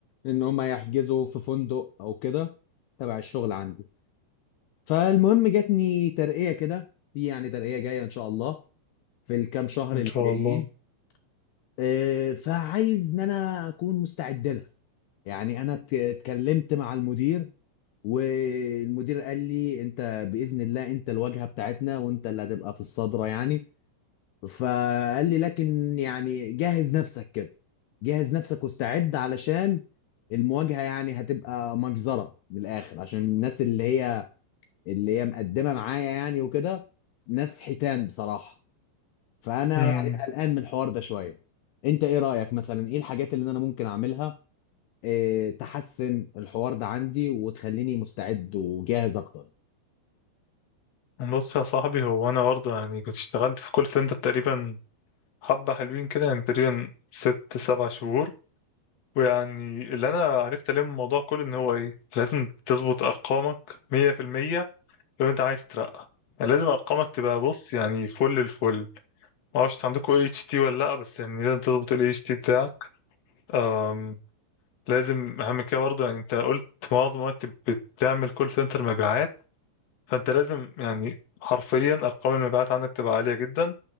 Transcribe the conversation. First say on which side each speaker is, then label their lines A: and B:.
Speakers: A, on the left; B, on the left.
A: ان هم يحجزوا في فندق او كده تبع الشغل عندي فالمهم جاتني ترقية كده في يعني ترقية جاية ان شاء الله في الكام شهر
B: ان
A: اللي
B: شاء
A: جايين
B: الله
A: آه، فعايز ان انا اكون مستعد لها يعني انا ات- اتكلمت مع المدير والمدير قال لي انت باذن الله انت الواجهه بتاعتنا وانت اللي هتبقى في الصدره يعني فقال لي لكن يعني جهز نفسك كده جهز نفسك واستعد علشان المواجهة يعني هتبقى مجزرة من الآخر عشان الناس اللي هي اللي هي مقدمة معايا يعني وكده ناس حيتان بصراحة فأنا
B: مم.
A: يعني قلقان من الحوار ده شوية أنت إيه رأيك مثلا إيه الحاجات اللي أنا ممكن أعملها إيه تحسن الحوار ده عندي وتخليني مستعد وجاهز أكتر
B: بص يا صاحبي هو انا برضه يعني كنت اشتغلت في كول سنتر تقريبا حبة حلوين كده يعني تقريبا ست سبع شهور ويعني اللي انا عرفت عليه من الموضوع كله ان هو ايه لازم تظبط ارقامك مية في المية لو انت عايز ترقى يعني لازم ارقامك تبقى بص يعني فل الفل ما اعرفش عندكم اي اتش تي ولا لا بس يعني لازم تظبط الاي اتش تي بتاعك أم. لازم اهم كده برضه يعني انت قلت معظم الوقت بتعمل كول سنتر مبيعات فانت لازم يعني حرفيا ارقام المبيعات عندك تبقى عاليه جدا